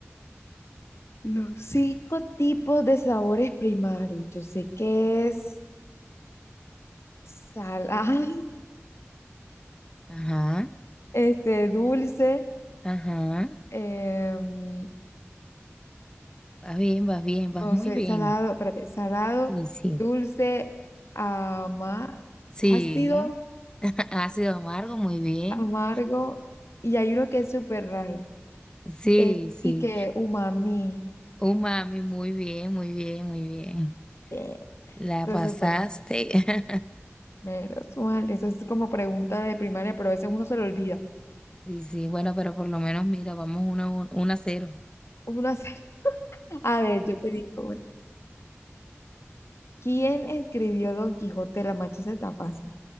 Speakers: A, on the left; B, on the left.
A: Los Cinco tipos de sabores primarios. Yo sé que es salado,
B: Ajá,
A: <laughs> este, dulce,
B: ajá,
A: em,
B: vas bien, vas bien, vas
A: no
B: muy
A: sé,
B: bien.
A: salado, espérate, salado,
B: Sí, sí,
A: dulce, ama-
B: sí,
A: ácido,
B: <laughs> ácido amargo, muy bien.
A: amargo, y hay uno que es súper raro,
B: Sí,
A: es
B: sí.
A: y que umami.
B: Umami, muy bien, muy bien, muy bien.
A: Eh,
B: La
A: Entonces,
B: pasaste.
A: bueno,
B: <laughs>
A: menos mal, eso es como pregunta de primaria, pero a veces uno se lo olvida.
B: Sí, sí, bueno, pero por lo menos mira, vamos uno a 0.
A: Uno hace- <laughs> a ver, yo te digo, una. ¿Quién escribió Don Quijote de la Mancha? Esa está fácil.